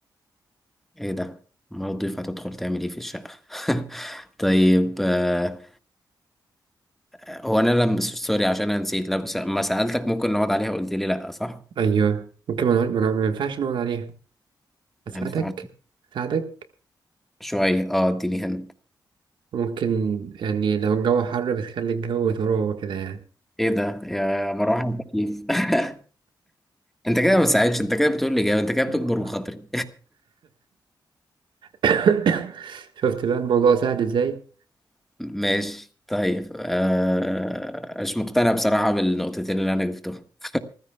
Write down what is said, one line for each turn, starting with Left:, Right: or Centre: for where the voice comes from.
Centre: إيه ده؟ ما الضيوف هتدخل تعمل إيه في الشقة؟ <laughs> طيب آه، هو أنا لما سوري عشان أنا نسيت لما س- ما سألتك ممكن نقعد عليها قلت لي لأ صح؟
Right: أيوه ممكن ما نقعد- ما نقعد- ما ينفعش نقعد عليها أساعدك
Centre: يعني فعلا
Right: أساعدك
Centre: شوية أه إديني هند
Right: ممكن يعني لو الجو حر بتخلي الجو تروه كده يعني
Centre: إيه ده يا مروحة يا تكييف <laughs> أنت كده ما بتساعدش أنت كده بتقول لي جاوب
Right: <laughs>
Centre: أنت كده بتكبر بخاطري
Right: <coughs> شفت بقى الموضوع سهل ازاي
Centre: <laughs> ماشي طيب آه، مش مقتنع بصراحة بالنقطتين اللي أنا جبتهم <laughs>